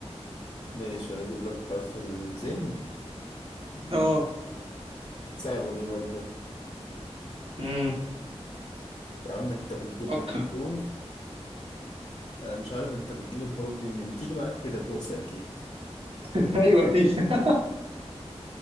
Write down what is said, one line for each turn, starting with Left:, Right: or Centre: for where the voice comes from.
Left: ماشي انا اجيب لك حرف الزين مم.
Right: اه
Left: صعبة دي برضو
Right: مم.
Left: يا عم انت بتجيب
Right: فكر
Left: لي
Right: <laughs>
Left: حروف انا مش عارف انت بتجيب الحروف دي منين بتيجي معاك كده كوسة اكيد
Right: ايوه اكيد <laughs>